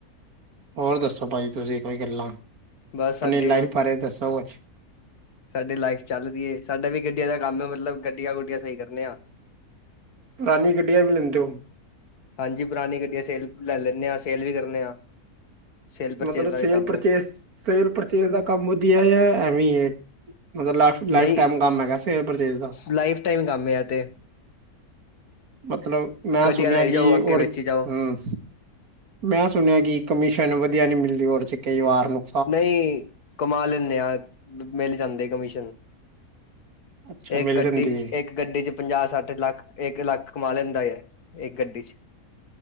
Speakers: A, on the right (about 70°); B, on the left (about 75°).
A: ਹੋਰ ਦੱਸੋ ਭਾਜੀ ਤੁਸੀਂ ਕੋਈ ਗੱਲਾਂ ਆਪਣੀ
B: ਬਸ ਸਾਡੇ
A: ਲਾਈਫ ਬਾਰੇ ਦੱਸੋ ਕੁਛ
B: ਸਾਡੀ ਲਾਈਫ ਚੱਲ ਰਹੀ ਏ। ਸਾਡਾ ਵੀ ਗੱਡੀਆਂ ਦਾ ਕੰਮ ਏ, ਮਤਲਬ ਗੱਡੀਆਂ-ਗੁੱਡੀਆਂ ਸਹੀ ਕਰਨੇ ਆ।
A: ਪੁਰਾਨੀ ਗੱਢੀਆਂ ਵੀ ਲੈਂਦੇ ਹੋ।
B: ਹਾਂਜੀ ਪੁਰਾਣੀ ਗੱਡੀੀਆਂ ਸੇਲ ਲੈ ਲੈਂਨੇ ਹਾਂ, ਸੇਲ ਵੀ ਕਰਨੇ ਹਾਂ। ਸੇਲ ਪਰਚੇਜ
A: ਮਤਲਬ
B: ਦਾ
A: ਸੇਲ
B: ਵੀ ਕੰਮ
A: ਪਰਚੇਸ
B: ਏ
A: ਸੇਲ ਪਰਚੇਸ ਦਾ ਕੰਮ ਵਧੀਆ ਯਾ ਐਵੇਈ ਏ। ਮਤਲਬ ਲਾਸ਼ਟ ਲਾਈਫ
B: ਨਹੀਂ
A: ਟਾਈਮ ਕੰਮ ਹੈਗਾ। ਸੇਲ ਪਰਚੇਜ਼ ਦਾ
B: ਲਾਈਫ ਟਾਈਮ ਕੰਮ ਆ ਏ ਐਤੇ
A: ਮਤਲਬ ਮੈਂ
B: ਗੱਡੀਆਂ
A: ਸੁਣਿਆ
B: ਲਈ
A: ਕਿ
B: ਜਾਓ ਅੱਗੇ
A: <unintelligible>
B: ਵੇਚੀ ਜਾਓ
A: ਹਮ ਮੈਂ ਸੁਣਿਆ ਕਿ ਕਮਿਸ਼ਨ ਵਧੀਆ ਨਹੀਂ ਮਿਲਦੀ ਉਹ ਦੇ ਚ ਕਈ ਵਾਰ ਨੂੰ
B: ਨਹੀਂ, ਕਮਾ ਲੈਂਨੇ ਆਾਂ। ਮਿਲ ਜਾਂਦੇ ਕਮਿਸ਼ਨ
A: ਅੱਛਾ ਮਿਲ
B: ਇੱਕ ਗੱਡੀ
A: ਜਾਂਦੀ ਹੈ
B: ਇੱਕ ਗੱਡੀ ਚ ਪੰਜਾਹ, ਸੱਠ ਲੱਖ ਇੱਕ ਲੱਖ ਕਮਾ ਲੈਂਦਾ ਯ ਇੱਕ ਗੱਡੀ ਚ